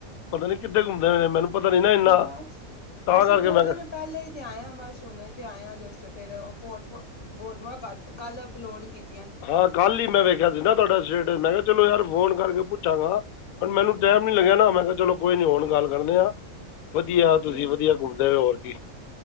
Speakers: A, on the left; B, on the left.
A: ਪਤਾ ਨਈ ਕਿੱਥੇ ਘੁੰਮਦੇ ਹੋ ਨੇ ਮੈਨੂੰ। ਪਤਾ ਨਹੀਂ ਨਾ ਇੰਨਾ
B: ਬਸ
A: ਤਾਂ
B: ਅਸੀ
A: ਕਰਕੇ
B: ਦੋ
A: ਮੈਂ
B: ਦਿਨ
A: ਕਿਹਾ
B: ਪਹਿਲੇ ਤੇ ਆਇਆ ਬਸ ਉਹਨੇ ਤੇ ਆਇਆ ਜਸਟ ਫੇਿਰ ਉਹ ਫੋਟੋਆਂ ਬੋਲਵ ਕੱਲ ਅਪਲੋਡ ਕੀਤੀ।
A: ਹਾਂ ਕੱਲ ਹੀ ਮੈਂ ਵੇਖਿਆ ਸੀ ਨਾ ਤੁਹਾਡਾ ਸਟੇਟਸ ਮੈਂ ਕਿਹਾ ਚਲੋ ਯਾਰ ਫੋਨ ਕਰਕੇ ਪੁੱਛਾਂਗਾ। ਹੁਣ
B: ਹਾਂਜੀ
A: ਮੈਨੂੰ ਟਾਈਮ ਨੀ ਲੱਗਿਆ ਨਾ ਮੈਂ ਕਿਹਾਚਲੋ ਕੋਈ ਨੀ ਹੁਣ ਗੱਲ ਕਰਦੇ ਆ। ਵਧੀਆ
B: ਤੇ
A: ਤੁਸੀਂ ਵਧੀਆ ਘੁੰਮਦੇ ਹੋ ਹੋਰ ਕੀ।